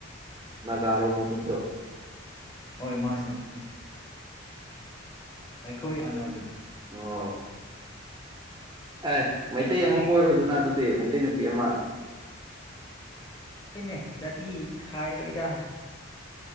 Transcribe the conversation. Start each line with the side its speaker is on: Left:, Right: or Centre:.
Right: ꯅꯥꯒꯥꯔꯣ ꯃꯈꯣꯏꯁꯨ
Left: ꯍꯣꯏ ꯃꯥꯁꯨꯅꯤ ꯑꯩꯈꯣꯏ ꯀꯥꯟꯅꯕꯅꯤ
Right: ꯑꯣ ꯑꯦꯁ ꯃꯩꯇꯩ ꯑꯃ ꯀꯣꯏꯔꯣꯗꯅ ꯑꯗꯨꯗꯤ ꯃꯩꯇꯩ ꯇꯩꯅꯨꯄꯤ ꯑꯃ
Left: ꯑꯩꯈꯣꯏꯅꯦ ꯖꯥꯇꯤ ꯈꯥꯏꯔꯣꯏꯗ